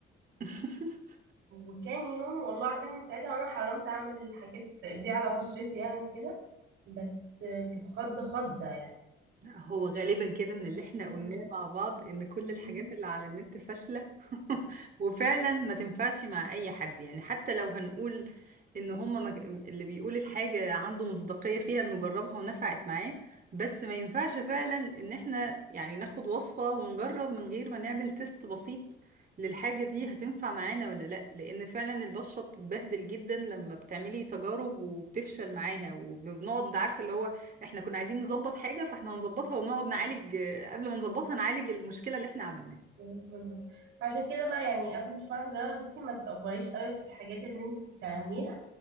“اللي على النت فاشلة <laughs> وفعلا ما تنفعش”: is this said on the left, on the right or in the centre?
Right